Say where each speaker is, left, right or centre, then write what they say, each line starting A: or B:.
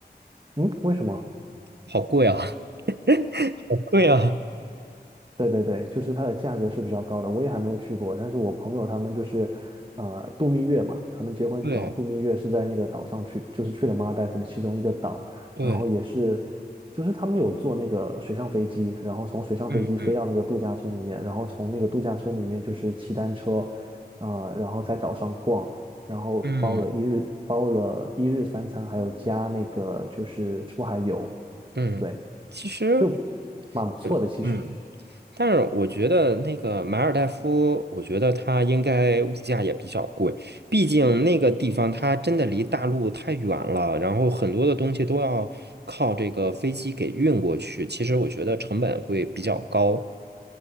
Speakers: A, on the right; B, on the right.
A: 嗯，为什么？
B: 好贵啊。好贵啊。
A: 对对对，就是它的价格是比较高的，我也还没有去过，但是我朋友他们就是，呃，度蜜月嘛，他们结婚等度蜜月是在那个岛上去，
B: 对
A: 就是去了马尔代夫的其中一个岛，
B: 对，
A: 然后也是，就是他们有坐那个水上飞机，然后从水上飞机飞到那个度假村里面，
B: 嗯嗯。
A: 然后从那个度假村里面就是骑单车，啊，然后在岛上逛，然后包了一日包了一日三餐，
B: 嗯
A: 还有加那个就是出海游，
B: 嗯，
A: 对，
B: 其实
A: 就蛮不错的其实。
B: 呃嗯，但是我觉得那个马尔代夫，我觉得它应该物价也比较贵，毕竟那个地方它真的离大陆太远了，然后很多的东西都要靠这个飞机给运过去，其实我觉得成本会比较高。